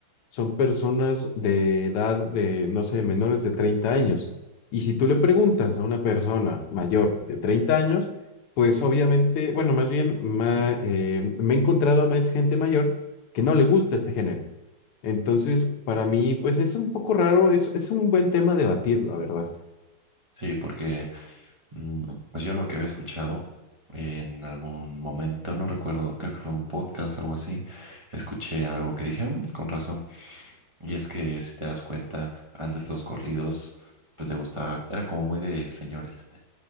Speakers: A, on the left; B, on the right.
A: son personas de edad de, no sé, menores de 30 años. Y si tú le preguntas a una persona mayor de 30 años, pues obviamente, bueno, más bien ma- eh, me he encontrado a más gente mayor que no le gusta este género. Entonces, para mí, pues es un poco raro, es, es un buen tema debatir, la verdad.
B: Sí, porque mm, pues yo lo que había escuchado en algún momento, no recuerdo, creo que fue un podcast o algo así, escuché algo que dije, "Mm, con razón. Y es que si te das cuenta, antes los corridos, pues le gustaba, era como muy de señores,